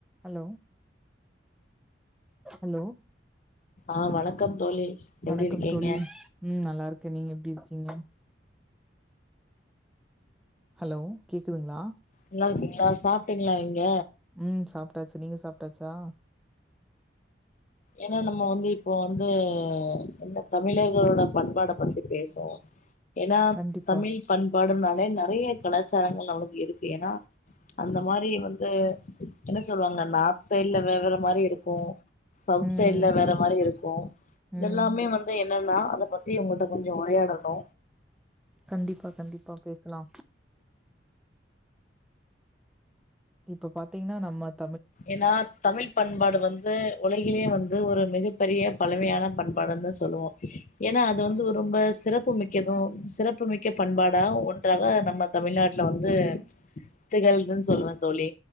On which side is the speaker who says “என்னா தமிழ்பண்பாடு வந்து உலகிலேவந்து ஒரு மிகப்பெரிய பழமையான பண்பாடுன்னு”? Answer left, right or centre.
Left